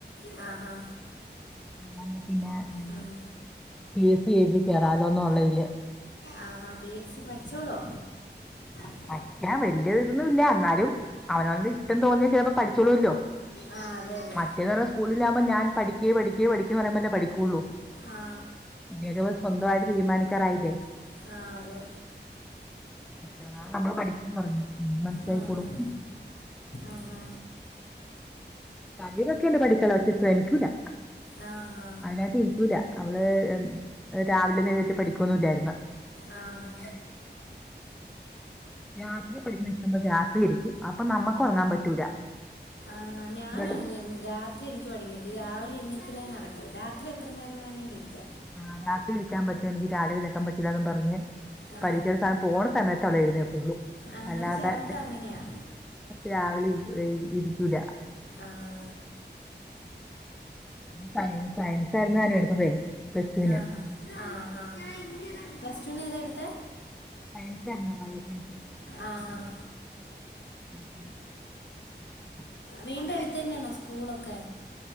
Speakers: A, on the left; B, in the centre.
A: ആ ആഹ്
B: ഇതാവുമ്പോ പിന്നെ
A: ഉം.
B: പി എ സി എഴുതി കയറാലോന്നോള്ളെ ഇതില്
A: ആ ആഹ് പി എസ് സി പഠിച്ചോളോ
B: ആഹ്
A: ആ
B: പഠിക്കാൻ വലിയ ഇതൊന്നും ഇല്ല എന്നാലും അവനവൻ്റെ ഇഷ്ട്ടം തോന്നിയാൽ ചെലപ്പം പഠിച്ചോളൂല്ലോ
A: ആ അതെ അതെ
B: റ്റേന്ന് പറയുമ്പം സ്കൂളിലാവുമ്പോ ഞാൻ പഠിക്കേ പഠിക്കേ പഠിക്കേന്നും പറയുമ്പല്ലേ പഠികൊള്ളൂ
A: ആ
B: എന്തേലും ഒക്കെ സ്വന്തമായിട്ട് തീരുമാനിക്കാറായില്ലേ
A: ആ അതെ
B: ഇത്രങ്ങളും നമ്മള് പഠിക്ക്ന്ന് പറഞ്ഞു ഇനി മനസ്സിലായിക്കോളും
A: ഉം. ആഹാ
B: കഴിവൊക്കെയുണ്ട് പഠിക്കാനോള്ളേ പക്ഷേ ശ്രമിക്കൂല്ല
A: ആ ആഹ്
B: അതിനായിട്ട് ഇരിക്കൂല അവള് രാവിലെ ഒന്നും എഴുന്നേറ്റ് പഠിക്കൊന്നില്ലായിരുന്ന്
A: ആ ആഹ്
B: രാത്രി പഠിക്കുന്നഷ്‌ട്ടം രാത്രി ഇരിക്കും അപ്പൊ നമ്മക്ക് ഒറങ്ങാൻ പറ്റൂല
A: ആഹ് ഞാനും
B: വെളു-
A: അങ്ങനെയായിരുന്നു രാത് ത്രി എനിക്ക് പഠിക്ക രാവിലെ എണിക്കല് നടക്കുല രാത്രി എത്ര നേരം വേണെലും ഇരിക്ക
B: ആഹ് രാത്രി ഇരിക്കാ പറ്റും എനിക്ക് രാവിലെണീക്കാൻ പറ്റൂല്ലന്നും പറഞ്ഞ്
A: ആ.
B: പഠിക്ക പോണ സമയത്തവിടെ അവൾ എഴുന്നേൽകൊള്ളു
A: ആ,
B: അല്ലാതെ
A: അത് ചിലർക്ക് അങ്ങനെയാ
B: രാവിലെ വൈകീട്ടും ഇരിക്കൂല
A: ആഹ്
B: സയൻ സയൻസായിന്നു അവന് എടുത്തതേ പ്ലസ് ടുവിന്
A: ആഹ് ആഹ് ആഹ് ആഹ് പ്ലസ് ടുന് ഏതാ എടുത്തെ
B: സയൻസ് ആയിരുന്നു ബയോ സയൻസ്
A: ആഹ് ആഹ്
B: <inaudible>
A: വീടിന്റെ അടുത്ത് തന്നെയാണോ സ്കൂളൊക്കെ